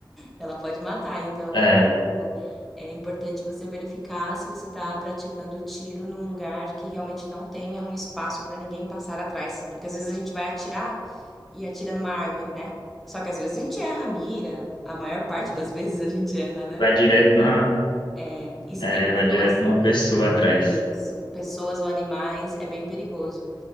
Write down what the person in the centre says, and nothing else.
Ela pode matar. Então,
por exemplo, é importante você verificar se você está praticando tiro num lugar que realmente não tenha um espaço para ninguém passar atrás. Porque às vezes a gente vai atirar e atira numa árvore, né? Só que às vezes a gente erra a mira. A maior parte das <laughs> vezes a gente erra, né?
É, E se
tem pessoas,
isso, pessoas ou animais, é bem perigoso.